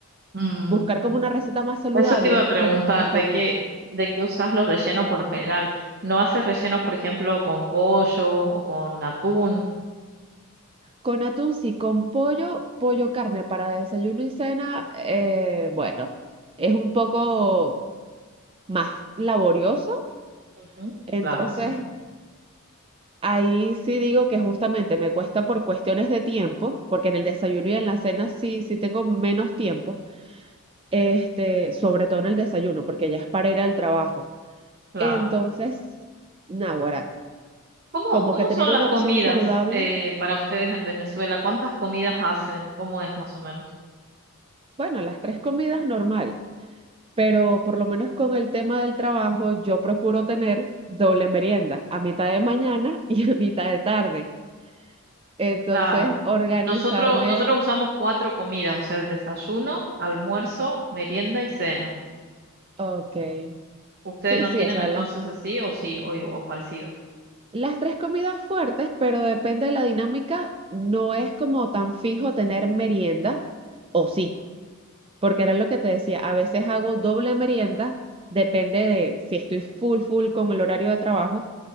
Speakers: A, on the right; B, on the right.
A: Mm,
B: buscar como una receta más saludable,
A: Eso te iba a preguntar,
B: siempre me cuesta
A: ¿de
B: mucho.
A: qué, de qué usas los rellenos por lo general? ¿No haces rellenos, por ejemplo, con pollo o con atún?
B: Con atún sí, con pollo, pollo carne para desayuno y cena, eh, bueno, es un poco más laborioso,
A: Ujú,
B: entonces...
A: Claro, sí,
B: Ahí sí digo que justamente me cuesta por cuestiones de tiempo, porque en el desayuno y en la cena sí, sí tengo menos tiempo, este, sobre todo en el desayuno, porque ya es para ir al trabajo.
A: claro.
B: Entonces, naguará,
A: ¿Cómo,
B: como
A: cómo
B: que tener
A: son las
B: una
A: comidas
B: opción saludable,
A: eh, para ustedes en Venezuela? ¿Cuántas comidas hacen? ¿Cómo es más o menos?
B: bueno, las tres comidas normal, pero por lo menos con el tema del trabajo, yo procuro tener doble merienda, a mitad de mañana <laughs> y a mitad de tarde. Entonces,
A: Claro.
B: organizarme,
A: Nosotros, nosotros usamos cuatro comidas, o sea, el desayuno, almuerzo, merienda y cena.
B: ok,
A: ¿Ustedes
B: sí,
A: no
B: sí,
A: tienen
B: o sea,
A: entonces
B: las,
A: así o sí, o, o parecido?
B: las tres comidas fuertes, pero depende de la dinámica, no es como tan fijo tener merienda, o sí. porque era lo que te decía, a veces hago doble merienda, depende de si estoy full, full con el horario de trabajo,